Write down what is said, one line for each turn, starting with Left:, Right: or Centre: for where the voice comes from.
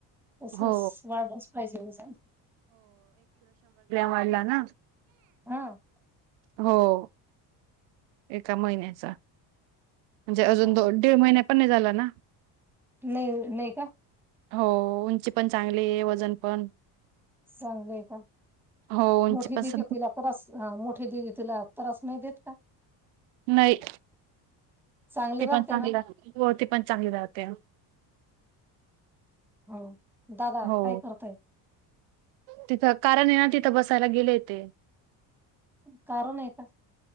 Centre: तसच
Right: हो
Centre: वाढतच पाहिजे जा.
Right: मला ना.
Centre: <inaudible>
Right: हो. एका महिन्याचा म्हणजे अजून
Centre: हो
Right: तो दीड महिन पण नाही झाला ना. <inaudible>
Centre: नाही नाही का.
Right: हो उंची पण चांगली आहे वजन पण
Centre: चांगलंय का
Right: हो उंची
Centre: मोठी
Right: पण स
Centre: दिदी तिला पर मोठी दिदी तिला. त्रास नाही देत का.
Right: नाही.
Centre: चांगली
Right: ते
Centre: राहते
Right: पण चांगल
Centre: ना
Right: हो ती पण चांगली राहते.
Centre: हो. दादा
Right: हो
Centre: काय करताय
Right: तिथं कारण हे ना तिथ. बसायला गेले ते.
Centre: कारण आहे का?